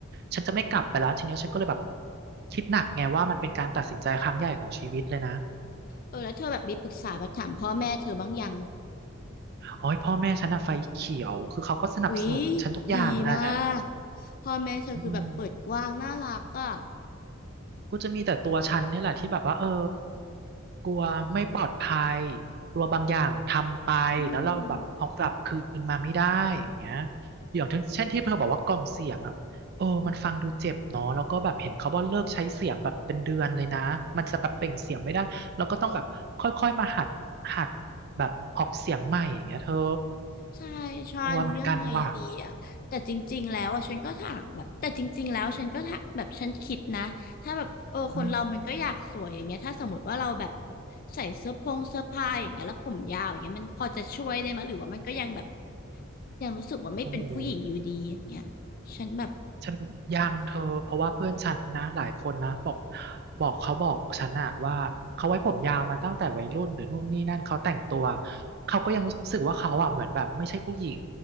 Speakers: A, on the right (about 50°); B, on the left (about 45°).
A: ฉันจะไม่กลับไปแล้วทีเนี้ยฉันก็เลยแบบคิดหนักไงว่ามันเป็นการตัดสินใจครั้งใหญ่ของชีวิตเลยนะ
B: เออแล้วเธอแบบมีปรึกษาแบบถามพ่อแม่เธอบ้างยัง
A: โอ้ยพ่อแม่ฉันอะไฟเขียวคือเขาก็สนับสนุนฉันทุกอย่างแหละ
B: อุ๊ยดีมากพ่อแม่เธอคือแบบเปิดกว้างน่ารักอ่ะ
A: อืม กูจะมีแต่ตัวฉันเนี่ยแหละที่แบบว่าเออกลัวไม่ปลอดภัยกลัวบางอย่างทำไปแล้วเราแบบเอากลับคืนมาไม่ได้อย่างเงี้ย
B: อืม
A: อย่างเช่นที่เธอบอกว่ากล่องเสียงอ่ะเออมันฟังดูเจ็บเนาะแล้วก็แบบเห็นเขาว่าเลิกใช้เสียงแบบเป็นเดือนเลยนะมันจะแบบเปล่งเสียงไม่ได้แล้วก็ต้องแบบค่อยๆมาหัดหัดแบบออกเสียงใหม่อย่างเงี้ยเธอ
B: ใช่ใช่หรือยังไงดีอ่ะแต่จริงๆแล้วอ่ะฉันก็ถามแบบแต่จริงๆแล้วฉันก็ถามแบบฉันคิดนะถ้าแบบเออคนเรามันก็อยากสวยอย่างเงี้ยถ้าสมมติว่าเราแบบ
A: กลัวเหมือนกันว่ะอืม
B: ใส่เสื้อพงเสื้อผ้าอย่างเงี้ยแล้วผมยาวอย่างเงี้ยมันพอจะช่วยได้ไหมหรือว่ามันก็ยังแบบยังรู้สึกว่าไม่เป็นผู้หญิงอยู่ดีอย่างเงี้ย
A: โอ้โห
B: ฉันแบบ
A: ฉันยังเธอเพราะว่าเพื่อนฉันนะหลายคนนะบอกบอกเขาบอกฉันอะว่าเขาไว้ผมยาวมาตั้งแต่วัยรุ่นหรือนู่นนี่นั่นเขาแต่งตัวเขาก็ยังรู้สึกว่าเขาอะเหมือนแบบไม่ใช่ผู้หญิง